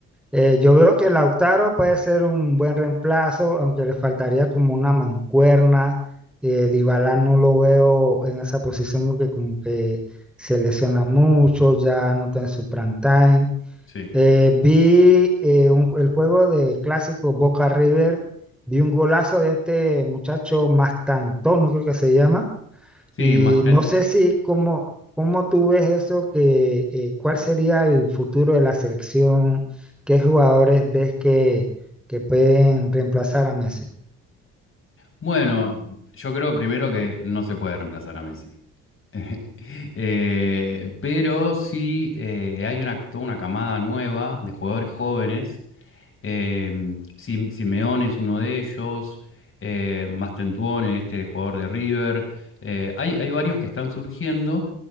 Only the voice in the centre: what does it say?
Eh, yo veo que Lautaro puede ser un buen reemplazo, aunque le faltaría como una mancuerna. Eh, Dybala no lo veo en esa posición porque como que se lesiona mucho, ya no está en su prime time.
Eh, vi eh, un- el juego de clásico Boca River, vi un golazo de este muchacho Mastantón, no creo que se llama,
y
no sé si cómo, cómo tú ves eso, que eh, cuál sería el futuro de la selección, qué jugadores ves que, que pueden reemplazar a Messi.